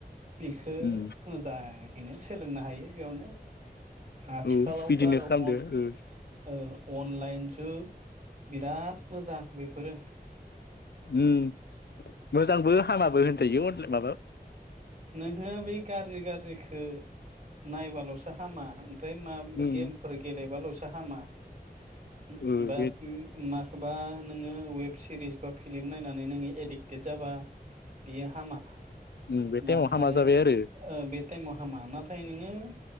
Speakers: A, on the right; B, on the left.
A: बेखौ
B: उम
A: मोजाङैनो सोलोंनो हायो। बेयावनो आथिखालावथ'
B: औ बिदिनो
A: आरो
B: खालामदो
A: अन
B: ओ
A: अ अनलाइन ओ। बिराद मोजां बेफो फोरो
B: उम। मोजांबो हामाबो होनजायो अनला माबा।
A: नो बै गाज्रि गाज्रिखौ नायबाल'सो हामा। ओमफ्राय मा
B: उम
A: गेमफोर गेलेबाल'स हामा। उम
B: ओ
A: बा
B: बे
A: उम मा बा नोङो वेब सिरिस बा फिल्म नायनानै नोङो एडिक टेट जाबा बियो हामा
B: उम बे
A: नाथाय
B: टाइमाव हामा जाबाय आरो।
A: ओ बे टाइमाव हामा नाथाय नोङो